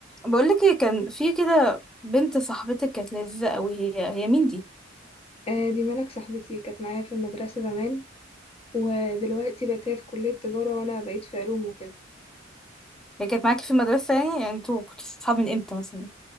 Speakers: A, in the centre; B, on the left.
A: بقولك ايه كان في كده بنت صاحبتك كانت لذيذة قوي هي هي مين دي
B: آه، دي ملك صاحبتي كانت معايا في المدرسة زمان ودلوقتي بقت هي في كلية تجارة وأنا بقيت في علوم وكده
A: هي كانت معاكي في المدرسة يعني يعني انتوا كنتوا صحاب من امتى مثلا